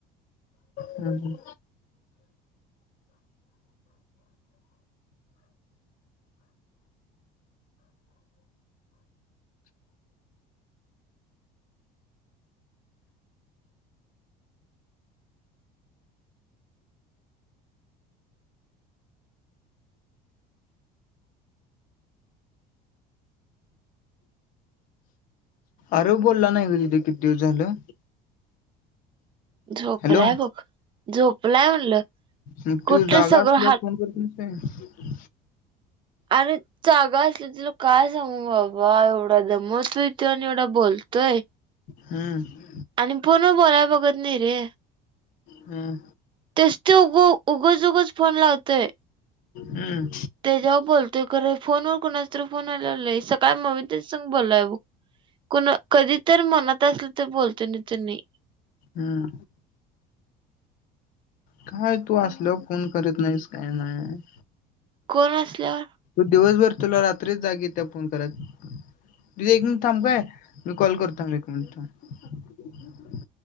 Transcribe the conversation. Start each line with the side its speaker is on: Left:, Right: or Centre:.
Left: हम्म. अरव बोलला नाही गं दीदे किती दिवस झालं.
Right: झोपलाय
Left: हॅलो
Right: बघ. झोपलाय म्हणलं.
Left: मग
Right: कुठलं
Left: तू जागा
Right: सगळं
Left: असल्याव फोन करत नाहीस काय?
Right: अरे जागा असल तुला काय सांगू बाबा एवढा दमवतोय तो आणि एवढा बोलतोय.
Left: हम्म
Right: आणि फोन बोलाय बघत नाही रे.
Left: हम्म
Right: तेच ते उग उगज उगच फोन लावतोय.
Left: हम्म
Right: तेच्याव बोलतोय खर फोन वर कुणाचातरी फोन आला नाही, सकाळी मम्मी तेच संग बोललाय ब कुणा कधीतरी मनात असलं तर बोलतोय नाही तर नाही.
Left: हम्म काय तू असल फोन करत नाहीस काय नाही.
Right: कोण असल्यावर
Left: तू दिवसभर तुला रात्रीच जाग इत्या फोन कराय. दीदे एक मिनिट थांब काय मी कॉल करतो, एक मिनिट थांब.